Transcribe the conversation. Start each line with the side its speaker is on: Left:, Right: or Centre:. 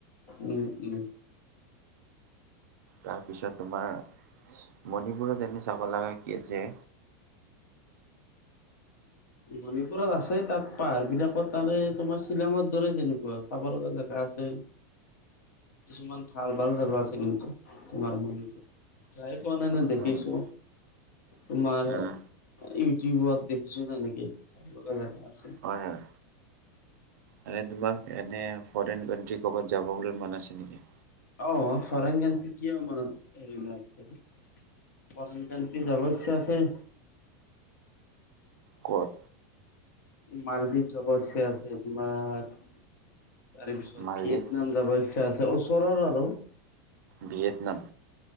Left: উম উম।
Right: তাৰপিছত তোমাৰ মণিপুৰত এনে চাব লগা কি আছে?
Left: মণিপুৰত আছে তাত পাহাৰবিলাকত তাৰে তোমাৰ শ্বিলঙৰ দৰে তেনেকুৱা আছে। চাব লগা জেগা আছে। কিছুমান ভাল ভাল জোগা আছে কিন্তু তোমাৰ মণিপুৰত যাই পোৱা নাই নে দেখিছো।
Right: হয় নেকি
Left: তোমাৰ
Right: উম
Left: ইউটিউবত দেখিছো তেনেকে চাব লগা জেগা। আছে।
Right: হয় হয়। মানে তোমাৰ এনে ফৰেইন কাণ্ট্ৰি ক'ৰবাত যাবলে মন আছে নিকি?
Left: অ ফৰেইন কান্ট্ৰী কিয় মনত এইবিলাক হেৰি ফৰেইন কাণ্ট্ৰি যাব ইচ্ছা আছে।
Right: ক'ত?
Left: মালদ্বীপ যাব ইচ্ছা আছে তোমাৰ তাৰে পিছত
Right: মালদ্বীপ
Left: ভিয়েটনাম নাম যাব ইচ্ছা আছে ওচৰৰ আৰু।
Right: ভিয়েটনাম?